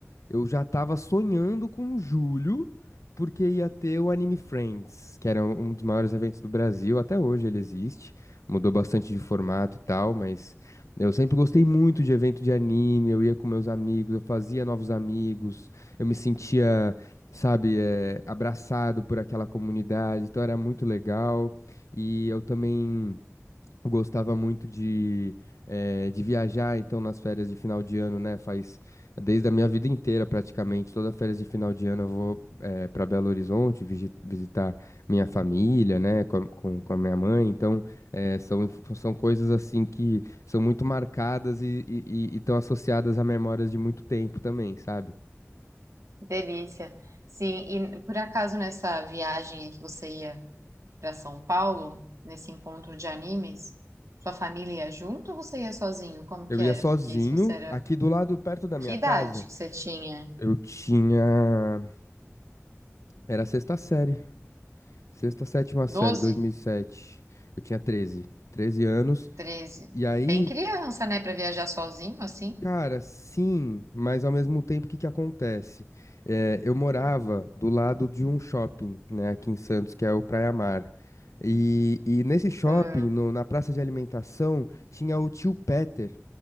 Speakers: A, on the left; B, on the right.
A: eu já tava sonhando com julho, porque ia ter o Anime Friends, que era um dos maiores eventos do Brasil. Até hoje ele existe, mudou bastante de formato e tal, mas eu sempre gostei muito de evento de anime. Eu ia com meus amigos, eu fazia novos amigos. Eu me sentia, sabe, eh, abraçado por aquela comunidade, então era muito legal. E eu também gostava muito de, eh, de viajar, então nas férias de final de ano, né? Faz desde a minha vida inteira praticamente, toda férias de final de ano eu vou para Belo Horizonte visi- visitar minha família, né? Com, a- com, com a minha mãe, então eh, são, inf- são coisas assim que são muito marcadas e estão associadas a memórias de muito tempo também, sabe?
B: Delícia. Sim, e por acaso nessa viagem aí que você ia para São Paulo, nesse encontro de animes, sua família ia junto ou você ia sozinho? Como
A: Eu
B: que
A: ia
B: era?
A: sozinho,
B: Porque se você era,
A: aqui do lado, perto da minha
B: que idade
A: casa,
B: que você tinha?
A: eu tinha. Era a sexta série. Sexta, sétima série,
B: 12.
A: 2007. Eu tinha 13. 13 anos.
B: treze
A: E aí,
B: Bem criança, né, Pra viajar sozinho assim.
A: cara, sim, mas ao mesmo tempo, o que que acontece? É, eu morava do lado de um shopping, né, aqui em Santos, que é o Praia Mar. E, e nesse shopping,
B: Ah,
A: no- na praça de alimentação, tinha o tio Peter.